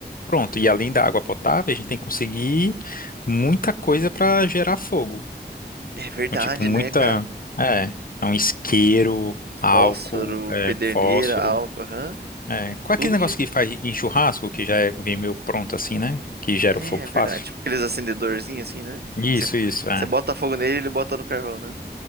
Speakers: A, on the left; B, on the right.
A: Pronto. E além da água potável, a gente tem que conseguir muita coisa para gerar fogo.
B: É verdade,
A: Então, tipo, muita.
B: né, cara?
A: É. Então, isqueiro, álcool,
B: Fósforo,
A: é,
B: pederneira,
A: fósforo.
B: álcool, aham.
A: É. Qual
B: Tudo
A: é aquele negócio
B: que.
A: que faz em churrasco, que já é, vem meio pronto assim, né? Que gera
B: É,
A: o fogo
B: é verdade.
A: fácil.
B: Tipo, aqueles acendedorzinhos assim, né?
A: Isso,
B: Você,
A: isso, é.
B: você bota fogo nele, ele bota no carvão, né?